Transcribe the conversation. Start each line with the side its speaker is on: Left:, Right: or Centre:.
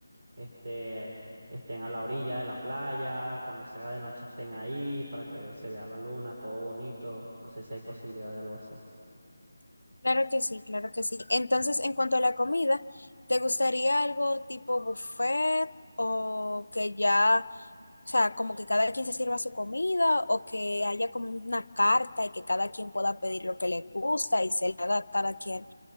Right: este, estén a la orilla de la playa, cuando se haga de noche estén ahí para que se vea la luna, todo bonito. No sé si hay posibilidad de algo así.
Left: Claro que sí, claro que sí. Entonces, en cuanto a la comida, ¿te gustaría algo tipo buffet o que ya, o sea, como que cada quien se sirva su comida o que haya como una carta y que cada quien pueda pedir lo que le gusta y se le haga a cada quien